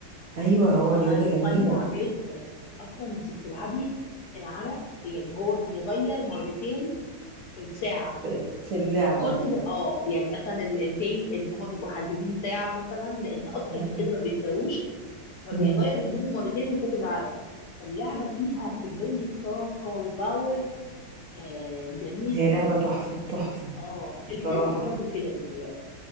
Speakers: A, on the right (about 55°); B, on the left (about 65°).
A: ايوه هو
B: بقى
A: رياضة
B: رفيع
A: جميلة
B: جدا اصلا انت بتلعبي العرق يعني هو بيغير مرتين في الساعه
A: في في اللعبة
B: من كتر اه يعني مثلا ال- الجيم اللي هما بيبقوا حاجزين ساعه مثلا لان اكتر
A: امم
B: من كده ما بيقدروش فبيغير
A: امم
B: هدومه مرتين من كتر العرق فاللعبه فيها كميه طاقه وباور آه جميله
A: هي لعبة تحفة تحفة
B: اه
A: بصراحة
B: التنس برضو كده بيتهيألي